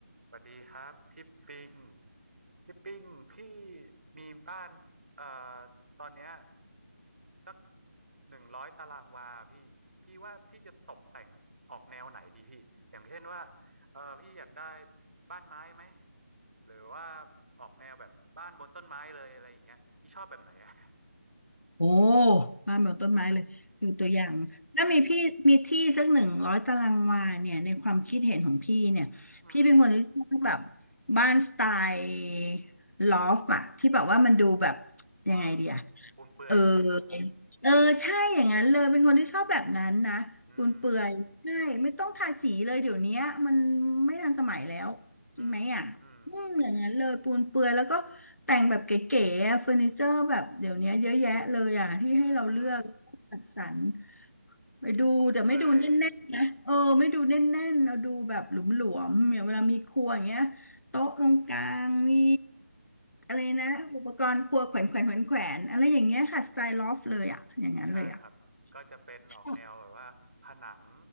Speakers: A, on the right; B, on the left.
A: สวัสดีครับพี่ปิงพี่ปิงพี่มีบ้านเอ่อตอนเนี้ยสักหนึ่งร้อยตารางวาพี่พี่ว่าพี่จะตกแต่งออกแนวไหนดีพี่อย่างเช่นว่าเออพี่อยากได้บ้านไม้ไหมหรือว่าออกแนวแบบบ้านบนต้นไม้เลยอะไรอย่างเงี้ยพี่ชอบแบบไหนอะ
B: โอ้บ้านแบบต้นไม้เลยคือตัวอย่างถ้ามีพี่มีที่สักหนึ่งร้อยตารางวาเนี่ยในความคิดเห็นของพี่เนี่ยพี่เป็นคนที่ชอบแบบ
A: <laughs> อืม
B: บ้านสไตล์ลอฟอะที่แบบว่ามันดูแบบ
A: ว้าว
B: ยังไงดีอะ
A: ปูนเปลือยใช่ไหมครับ
B: เออเออใช่อย่างนั้นเลย เป็นคนที่ชอบแบบนั้นนะคุณเปื่อยใช่ไม่ต้องทาสีเลยเดี๋ยวเนี้ยมัน
A: อืม
B: ไม่ทันสมัยแล้ว
A: อืมอืม
B: จริงไหมอ่ะอืมอย่างนั้นเลย ปูนเปื่อยแล้วก็แต่งแบบเก๋ๆอะเฟอร์นิเจอร์แบบเดี๋ยวเนี้ยเยอะแยะเลยอ่ะที่ให้เราเลือกจัดสรร
A: อืม
B: ไปดูแต่ไม่ดูแน่นๆนะเออไม่ดูแน่นๆเราดูแบบหลวมๆอย่างเวลามีครัวอย่างเงี้ยโต๊ะตรงกลางมี
A: ปูนเปลือย
B: อะไรนะอุปกรณ์ครัวแขวนแขวนแขวนแขวนอะไรอย่างเงี้ยค่ะสไตล์ลอฟเลยอ่ะอย่างนั้นเลยอ่ะ
A: ใช่ครับ ก็จะเป็นออกแนวแบบว่าผนัง
B: ใช่